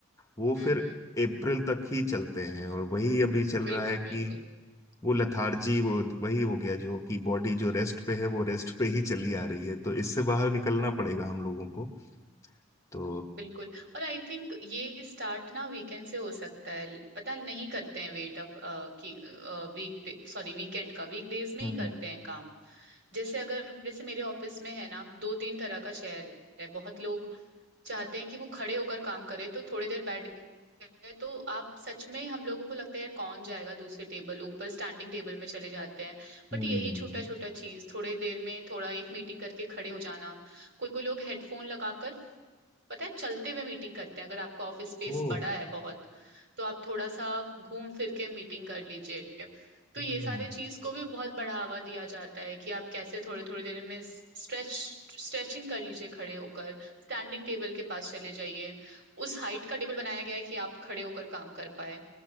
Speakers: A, on the left; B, on the right.
A: वो
B: हम्म
A: फिर
B: हम्म,
A: अप्रैल तक ही चलते हैं और वही अभी चल
B: बिल्कुल
A: रहा है कि
B: बिल्कुल
A: वो लथार्जी वो वही हो गया जो कि बॉडी जो रेस्ट पे है वो रेस्ट पे ही चली आ रही है तो इससे बाहर निकलना पड़ेगा हम लोगों को तो
B: बिल्कुल और आई थिंक ये स्टार्ट ना वीकेंड से हो सकता है पता है, नहीं करते हैं वेट अब अ, कि वीक सॉरी वीकेंड का वीक डेज में
A: हम्म
B: ही करते हैं काम जैसे अगर जैसे मेरे ऑफिस में है ना दो तीन तरह का चेयर है बहुत लोग चाहते हैं कि वो खड़े होकर काम करे तो थोड़ी देर बैठ गए तो आप सच में हम लोगों को लगता है यार कौन जाएगा दूसरे टेबल ऊपर स्टैंडिंग टेबल में चले जाते हैं बट
A: हम्म
B: यही छोटा छोटा चीज थोड़ी देर में थोड़ा एक मीटिंग करके खड़े हो जाना कोई कोई लोग हेडफोन लगाकर पता है चलते हुए मीटिंग करते हैं अगर आपका ऑफिस स्पेस
A: ओ
B: बड़ा है बहुत तो आप थोड़ा सा घूम फिर के मीटिंग कर लीजिए तो
A: हम्म,
B: ये सारे चीज को भी बहुत बढ़ावा दिया जाता है कि आप कैसे थोड़े थोड़ी देर में स्ट्रेच स्ट्रेचिंग कर लीजिए खड़े होकर स्टैंडिंग टेबल के पास चले जाइए उस हाइट का टेबल बनाया गया है कि आप खड़े होकर काम कर पाए